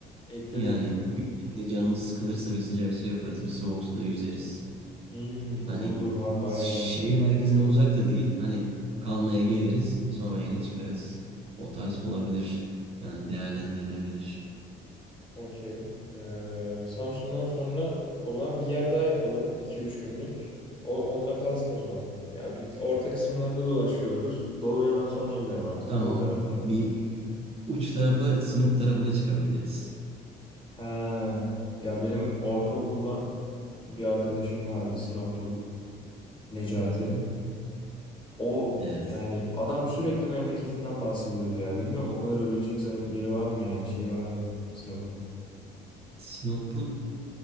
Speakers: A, on the left (about 30°); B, on the right (about 35°).
A: Ekledim.
B: Yani gün içinde canımız sıkılırsa bir sıcak su yaparız, bir soğuk suda yüzeriz.
A: Hmm,
B: Hani
A: olur olur har bayağı
B: şehir
A: iyi olur.
B: merkezine uzak da değil. Hani kalmaya geliriz, sonra yine çıkarız. O tarz olabilir. Yani değerlendirilebilir.
A: Okey. Ee, Samsun'dan sonra o zaman bir yer daha yapalım. iki üç günlük. O, onunla kalsın o zaman. Ya bir orta kısımlarda dolaşmış oluruz. Doğu'ya ben sonra giderim artık.
B: Tamam,
A: Doğu tarafına.
B: bir uç tarafı Sinop tarafına çıkabiliriz.
A: He. Ya benim ortaokuldan bir arkadaşım vardı Sinoplu. Necati.
B: Hı hı.
A: O
B: Evet.
A: yani adam sürekli memleketinden bahsediyordu ya. Bilmiyorum o kadar övülecek zam- yeri var mı yani şey var mı Sinop'un?
B: Sinop'un